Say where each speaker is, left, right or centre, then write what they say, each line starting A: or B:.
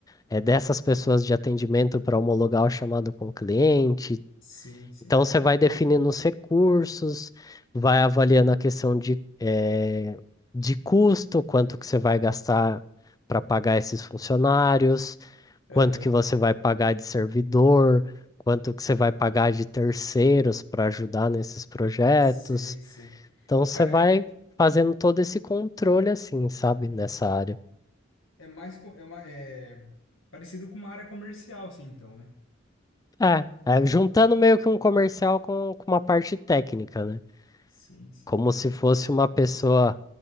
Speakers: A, on the left; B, on the left.
A: é dessas pessoas de atendimento para homologar o chamado com o cliente.
B: Sim, sim.
A: Então, você vai definindo os recursos, vai avaliando a questão de, eh, de custo, quanto que você vai gastar para pagar esses funcionários, quanto
B: Aham.
A: que você vai pagar de servidor, quanto que você vai pagar de terceiros para ajudar nesses projetos.
B: Sei, sei.
A: Então, você
B: Cara,
A: vai
B: é,
A: fazendo todo esse controle, assim, sabe,
B: Uhum.
A: nessa área.
B: é mais, com- é uma, é parecido com uma área comercial, sim, então, né?
A: É, é juntando meio que um comercial com, com uma parte técnica, né?
B: Sim, sim.
A: Como se fosse uma pessoa